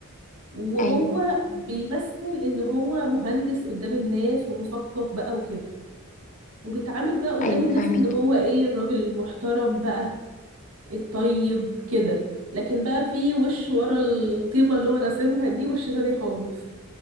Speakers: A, on the right; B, on the left.
A: وهو
B: ايوه
A: بيمثل ان هو مهندس قدام الناس ومثقف بقى وكده وبيتعامل بقى قدام
B: ايوه
A: الناس
B: فاهمك
A: ان هو ايه الراجل المحترم بقى الطيب كده لكن بقى في وش ورا الطيبة اللي هو راسمها دي وش تاني خالص